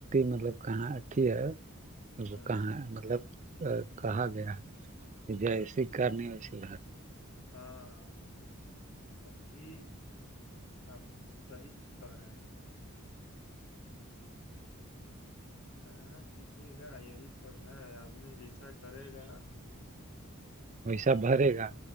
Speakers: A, on the right; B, on the left.
A: مطلب کہاں اھی ہے وہ
B: ہاں
A: کہاں مطلب کہا گیا ہے کہ جیے
B: ہاں ہاں
A: کرنی ویسی بات
B: ہاں ابھی آپ صحیح کہ رہے ہیں کہاں کیجیے گا یہی سب ہے آدمی جیسا کرے گا
A: پیسا بھرے گا